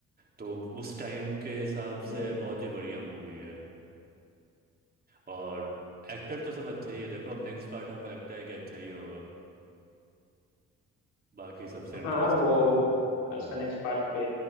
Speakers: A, on the right; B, on the left.
A: तो उस टाइम के हिसाब
B: हम्म
A: से बहुत ही बढ़िया मूवी है और एक्टर तो सब अच्छे ही है देखो अब नेक्स्ट पार्ट हमको लगता है कि अच्छा ही होगा बाकी सबसे इंटरेस्टिंग
B: हाँ वो
A: हम्म
B: उसका नेक्स्ट पार्ट पे